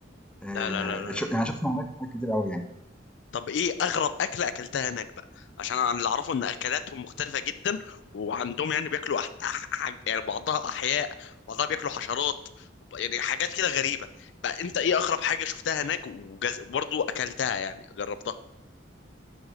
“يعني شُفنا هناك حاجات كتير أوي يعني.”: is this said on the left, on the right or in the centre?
Centre